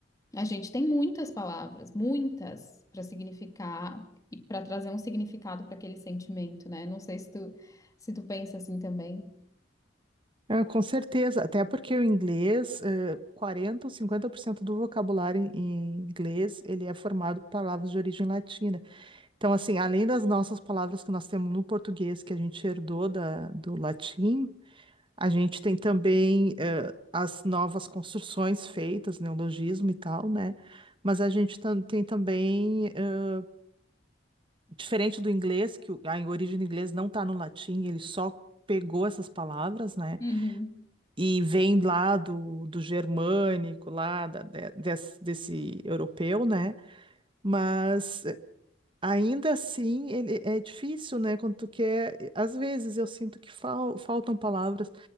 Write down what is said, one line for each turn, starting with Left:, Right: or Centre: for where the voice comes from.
Left: A gente tem muitas palavras, muitas, para significar e para trazer um significado para aquele sentimento, né? Não sei se tu, se tu pensa assim também.
Right: Ah, com certeza, até porque o inglês, eh, 40 ou 50% do vocabulário em em inglês, ele é formado por palavras de origem latina. Então, assim, além das nossas palavras que nós temos no português, que a gente herdou da, do latim, a gente tem também, eh, as novas construções feitas, neologismo e tam- né? Mas a gente tam- tem também, eh, diferente do inglês, que o- a origem do inglês não está no latim, ele só pegou essas palavras, né?
Left: Uhum.
Right: e vem lá do, do germânico, lá da- de- des- desse, europeu, né? Mas Ainda assim, ele é difícil, né? Quando tu quer. Às vezes eu sinto que fal- faltam palavras.